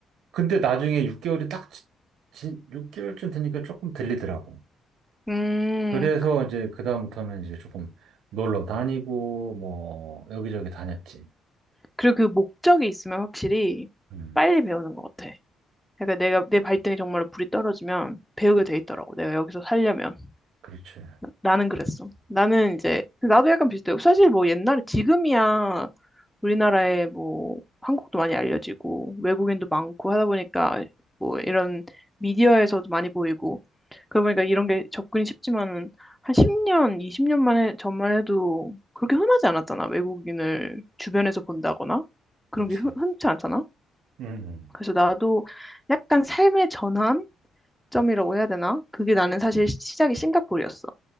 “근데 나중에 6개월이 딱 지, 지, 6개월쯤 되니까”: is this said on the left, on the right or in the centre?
Right